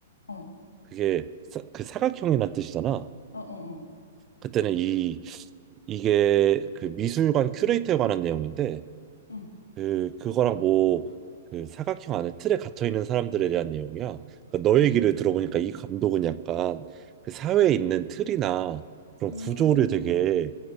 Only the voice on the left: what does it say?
어, 어,
어, 어,
응,
응,
응,
음,